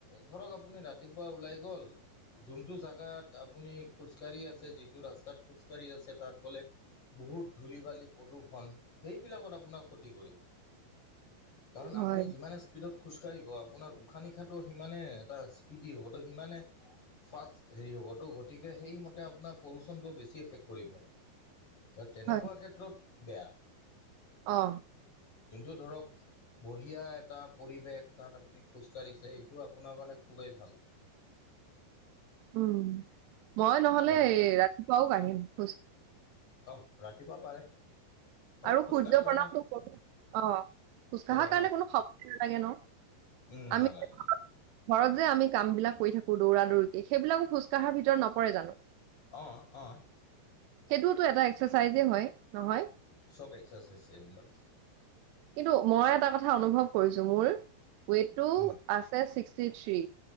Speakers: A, on the left (about 35°); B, on the right (about 80°).
A: ধৰক আ আপুনি ৰাতিপুৱা ওলাই গ'ল। যোনটো জাগাত আপুনি খোজকাঢ়ি আছে, যিটো ৰাস্তাত খোজকাঢ়ি আছে। তাত বোলে, বহুত ধূলি-বালি প্ৰদূৰ্ষণ সেইবিলাকত আপোনাক ক্ষতি কৰিব। কাৰণ,
B: হয়
A: আপুনি যিমানে স্পীডত খোজকাঢ়িব আপোনাৰ উশাহ-নিশাহটো সিমানে এটা স্পিডি হ'ব ত' সিমানে ফাষ্ট হেৰি হ'ব ত', গতিকে সেইমতে আপোনাৰ পলিচনটো বেছি এফেক্ট কৰিব। তেনেকুৱা
B: হয়
A: ক্ষেত্ৰত বেয়া।
B: অ'।
A: কিন্তু ধৰক, বঢ়িয়া এটা পৰিৱেশ তাত আপুনি খোজকাঢ়িছে, এইটো আপোনাৰ কাৰণে খুবেই ভাল।
B: উম, মই নহলে
A: তেনেকুৱা
B: ৰাতিপুৱাও কাঢ়িম খোজ।
A: আহ, ৰাতিপুৱা পাৰে।
B: আৰু
A: খোজকাঢ়াৰ
B: সূৰ্য
A: কাৰণে
B: প্ৰণামটো কৰো। অ' খোজকাঢ়াৰ
A: কৰে ন
B: কাৰণে কোনো সময় নালাগে ন।
A: উম,
B: আমি
A: নালাগে।
B: ঘৰত যে আমি কাম বিলাক কৰি থাকো। দৌৰা-দৌৰিকে সেইবিলাকো খোজকাঢ়াৰ ভিতৰত নপৰে জানো।
A: আহ, অ'।
B: সেইটোওতো এটা এক্সাৰচাইজে হয়, নহয়।
A: চব এক্সাৰচাইজ এইবিলাক।
B: কিন্তু মই এটা কথা অনুভৱ কৰিছো মোৰ ৱেট টো
A: উম
B: আছে চিক্স ছিক্সটি থ্ৰী